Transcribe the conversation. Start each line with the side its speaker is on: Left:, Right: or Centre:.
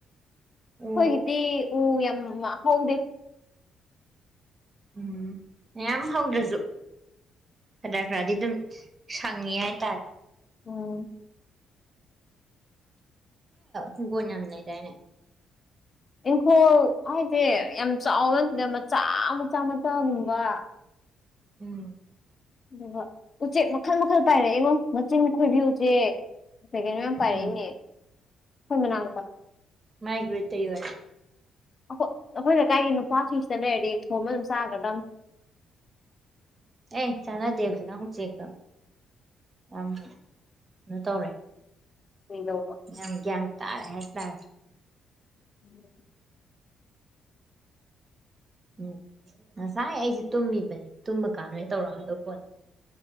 Right: ꯎ
Left: ꯑꯩꯈꯣꯏꯒꯤꯗꯤ ꯎ ꯌꯥꯝ ꯍꯧꯗꯦ
Right: ꯎꯝ ꯃꯌꯥꯝ ꯍꯧꯗ꯭ꯔꯁꯨ ꯈꯔ ꯈꯔꯗꯤ ꯑꯗꯨꯝ ꯁꯪꯉꯤ ꯍꯥꯏꯇꯥꯔꯦ
Left: ꯑꯣ
Right: ꯍꯤꯡꯒꯣꯟ ꯌꯥꯝ ꯂꯩꯗꯥꯏꯅꯦ
Left: ꯏꯪꯈꯣꯜ ꯍꯥꯏꯁꯦ ꯌꯥꯝ ꯆꯥꯎꯕ ꯅꯠꯇꯦꯗ ꯃꯆꯥ ꯃꯆꯥ ꯃꯆꯥꯒꯨꯝꯕ
Right: ꯎꯝ
Left: ꯑꯣ ꯎꯆꯦꯛ ꯃꯈꯜ ꯃꯈꯜ ꯄꯥꯏꯔꯛꯏꯉꯣ ꯃꯆꯤꯟ ꯈꯣꯏꯕꯤ ꯎꯆꯦꯛ ꯀꯩꯀꯩꯅꯣ ꯃꯌꯥꯝ ꯄꯥꯏꯔꯛꯏꯅꯦ
Right: ꯎꯝ
Left: ꯑꯩꯈꯣꯏ ꯃꯅꯥꯛꯇ
Right: ꯃꯥꯏꯒꯤ <unintelligible>
Left: ꯑꯩꯈꯣꯏ ꯑꯩꯈꯣꯏ ꯂꯩꯀꯥꯏꯒꯤ ꯅꯨꯄꯥꯁꯤꯡꯁꯤꯗ ꯂꯩꯔꯗꯤ ꯊꯣꯡꯕ ꯑꯗꯨꯝ ꯆꯥꯒꯗꯝ
Right: ꯎꯝ ꯆꯥꯅꯗꯦ <unintelligible> ꯎꯆꯦꯛ ꯌꯥꯝ ꯀꯩꯅꯣ ꯇꯧꯔꯦ
Left: <unintelligible>
Right: ꯌꯥꯝ ꯒ꯭ꯌꯥꯟ ꯇꯥꯔꯦ ꯍꯥꯏꯇꯥꯔꯦ
Left: <inaudible>
Right: ꯎꯝ ꯉꯁꯥꯏ ꯑꯩꯁꯦ ꯇꯨꯝꯃꯤꯕꯅꯦ ꯇꯨꯝꯃ ꯀꯥꯟꯗꯣꯏ ꯇꯧꯔꯛꯑꯝꯗꯧ ꯄꯣꯠꯅꯦ